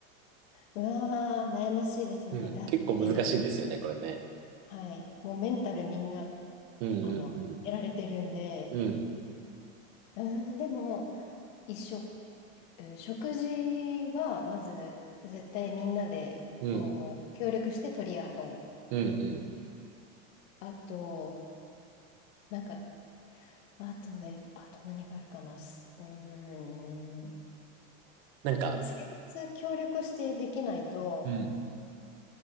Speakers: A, on the left; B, on the right.
A: うわー、悩ましいですよね。
B: うん、
A: だって、
B: 結構難しいですよね、これね。
A: はい、もうメンタルみんな、
B: うんうん
A: あの、やられてるんで、
B: うん。うん
A: うーん、でも、一緒、うん食事は、まず、絶対みんなで、
B: うん
A: こう、協力して取り合おう。
B: うんうん。
A: あと、なんか、あとで、あと何があるかな。すうーん、
B: なんか、
A: 生活協力してできないと、
B: うん